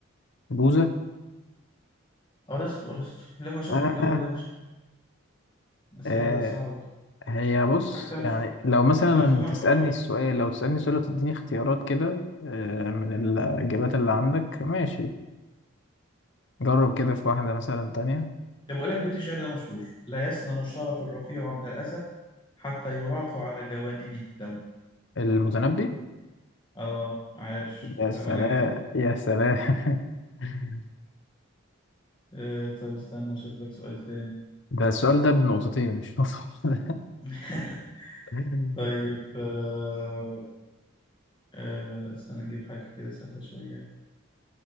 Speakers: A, on the left (about 55°); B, on the left (about 20°).
A: بوذا
B: ارسطو ارسطو لا هو شكل
A: آه
B: الجو ده مش الاسئله
A: آه
B: ده صعبه
A: هي بص
B: حتى مش
A: يعني لو مثلا
B: حتى مش جمل
A: تسألني
B: معروفه
A: السؤال لو تسألني سؤال وتديني اختيارات كده آه، من الإجابات اللي عندك ماشي جرب كده في واحدة مثلا تانية
B: طب بقول لك بيت الشعر ده مشهور لا يسلم الشرف الرفيع من الاذى حتى يراق على جوانبه الدم
A: المتنبي
B: الله عاش
A: يا
B: بامانه
A: سلام
B: جامد
A: يا سلام <laughs>
B: أه طب استنى اشوف لك سؤال تاني
A: ده السؤال ده بنقطتين مش نقطة واحدة.
B: <laughs>
A: <laughs>
B: طيب آه آه لا لا استنى نجيب حاجة كده سهلة شوية